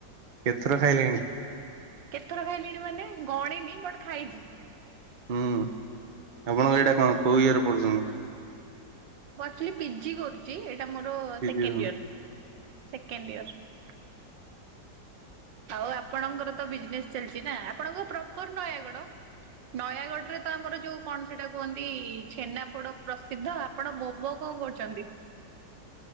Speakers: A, on the right; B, on the right.
A: କେତେଥର ଖାଇଲେଣି?
B: କେତେଥର ଖାଇଲିଣି ମାନେ ଗଣିନି ବଟ୍ ଖାଇଛି।
A: ହୁଁ ଆପଣଙ୍କ ଏଇଟା କଣ କୋଉ ଇଏ ରେ ପଢୁଛନ୍ତି?
B: ମୁଁ ଆକ୍ଚୁଲି ପିଜି କରୁଚି। ଏ ଟା ମୋର ସେକେଣ୍ଡ୍
A: ଓହୋ
B: ୟିଅର ସେକେଣ୍ଡ୍ ୟିଅର। ଆଉ ଆପଣଙ୍କର ତ ବିଜନେସ୍ ଚାଲିଛି ନା ଆପଣଙ୍କ ପ୍ରପର ନୟାଗଡ? ନୟାଗଡ ରେ ତ ଆମର ଯୋଉ କଣ ସେଟା କୁହନ୍ତି ଛେନାପୋଡ ପ୍ରସିଦ୍ଧ ଆପଣ ମୋମୋ କଣ କଣ କରୁଛନ୍ତି?